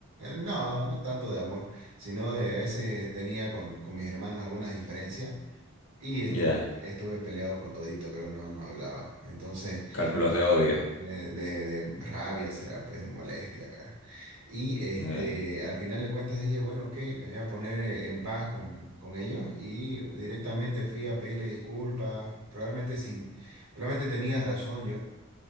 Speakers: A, on the right (about 70°); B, on the left (about 75°).
A: No, no tanto de amor, sino de a veces tenía con, con mis hermanos algunas diferencias y estuve,
B: Ya.
A: estuve peleado con todito, creo que no, no hablaba. Entonces,
B: Cálculos de odio.
A: de, de- de rabia será, pues de molestia, ¿verdad? Y este,
B: Ya.
A: al final de cuentas dije, bueno, ok, me voy a poner eh, en paz con, con ellos y directamente fui a pedirle disculpas, probablemente sin, probablemente tenía razón yo,